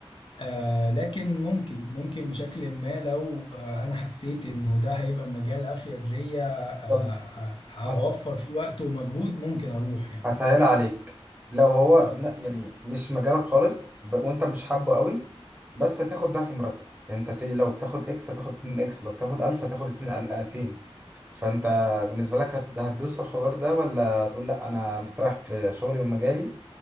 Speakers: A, on the left; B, on the right.
A: آه لكن ممكن ممكن بشكل ما لو آه انا حسيت انه ده هيبقى مجال افيد ليا آه
B: طب
A: ه-
B: هس...
A: هوفر فيه وقت ومجهود ممكن اروح يعني
B: هسهلها عليك لو هو
A: قول.
B: ن- يعني مش مجالك خالص ب... وانت مش حابه قوي بس هتاخد ضعف مرتب يعني انت سي لو بتاخد اكس هتاخد 2 اكس لو بتاخد 1000 هتاخد 2 2000 فانت بالنسبة لك هت... هتدوس في الحوار ده ولا تقول لا انا مستريح في شغلي ومجالي